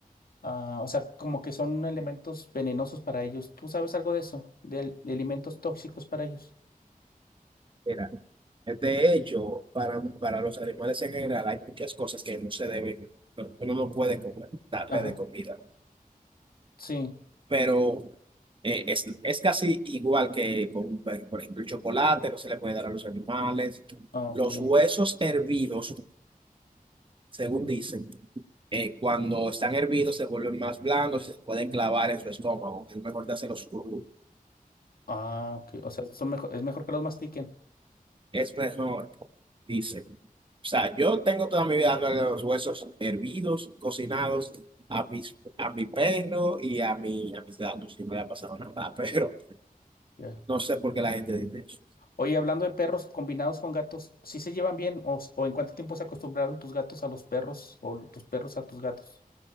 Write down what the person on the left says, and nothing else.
Ah, o sea, como que son elementos venenosos para ellos. ¿Tú sabes algo de eso? De, al- de alimentos tóxicos para ellos.
Ajá,
sí.
Ah, ok.
Ah, ok. O sea, son mejor, es mejor que los mastiquen.
Ya.
Oye, hablando de perros combinados con gatos, ¿sí se llevan bien? ¿O, s- o en cuánto tiempo se acostumbraron tus gatos a los perros o tus perros a tus gatos?